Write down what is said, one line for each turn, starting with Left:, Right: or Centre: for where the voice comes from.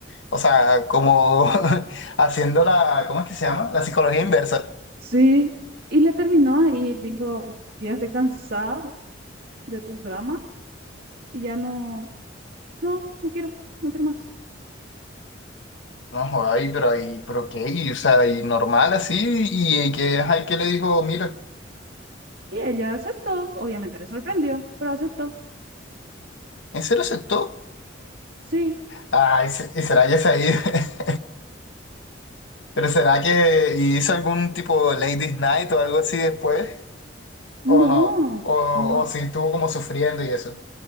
Left: o sea, como <laughs> haciendo la, ¿cómo es que se llama? La psicología inversa.
Right: Sí. Y le terminó ahí, dijo, yo ya estoy cansado de tus dramas y ya no, no, no quiero, no quiero más.
Left: No, joder, ay, pero ahí, pero qué, y, o sea, y normal así, y, y que, ay, que le dijo, mira,
Right: Y ella aceptó, obviamente le sorprendió, pero aceptó.
Left: ¿en serio aceptó?
Right: Sí,
Left: Ay, se- y será que se ha ido, <laughs> pero será que hizo algún tipo Ladies Night o algo así después,
Right: no,
Left: o no, o,
Right: no.
Left: o si estuvo como sufriendo y eso.